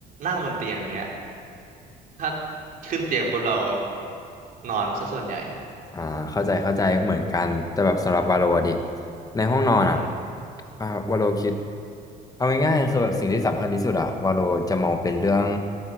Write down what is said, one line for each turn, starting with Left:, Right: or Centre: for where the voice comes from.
Right: นั่งบนเตียงอย่างเงี้ยถ้าขึ้นเตียงปุ๊บเรานอนซะส่วนใหญ่
Left: อ่าเข้าใจเข้าใจเหมือนกันแต่แบบสำหรับวาโลอะดิในห้องนอนอ่ะ
Right: อือหือ
Left: อ่าวาโลคิดเอาง่ายๆคือแบบสิ่งที่สำคัญที่สุดอ่ะวาโลจะมองเป็นเรื่อง